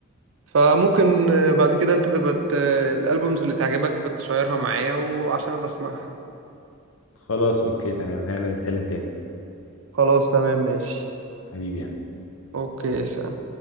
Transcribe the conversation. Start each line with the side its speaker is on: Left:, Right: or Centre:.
Right: فممكن آه، بعد كده انت تبقى ت- الالبومز اللي تعجبك بتشيرها معايا وعشان انا بسمعها
Left: خلاص اوكي تمام هنبقى نتكلم تاني
Right: خلاص تمام ماشي
Left: حبيبي يعني.
Right: اوكي